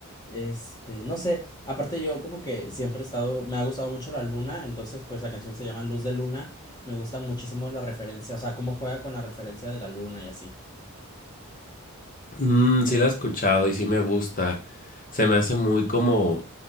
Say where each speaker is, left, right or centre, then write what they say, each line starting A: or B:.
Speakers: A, on the left (about 20°); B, on the left (about 35°).
A: Este, no sé. Aparte, yo como que siempre he estado. Me ha gustado mucho la luna. Entonces, pues la canción se llama Luz de Luna. Me gusta muchísimo la referencia. O sea, cómo juega con la referencia de la luna y así.
B: Mm, sí la he escuchado y sí me gusta. Se me hace muy como,